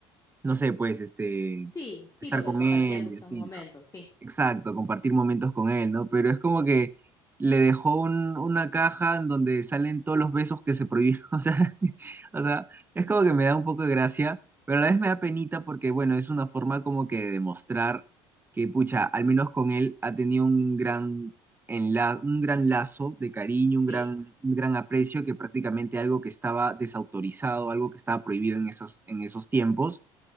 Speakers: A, on the right; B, on the left.
A: no sé, pues, este,
B: Sí, sí,
A: estar
B: porque
A: con
B: compartía
A: él
B: muchos
A: y así,
B: momentos,
A: ¿no?
B: sí,
A: Exacto, compartir momentos con él, ¿no? Pero es como que le dejó un- una caja en donde salen todos los besos que se prohibieron. <laughs> O sea, <laughs> o sea, es como que me da un poco de gracia, pero a la vez me da penita porque, bueno, es una forma como que de demostrar que, pucha, al menos con él ha tenido un gran, enla- un gran lazo de cariño,
B: sí.
A: un gran, un gran aprecio, que prácticamente algo que estaba desautorizado, algo que estaba prohibido en esos, en esos tiempos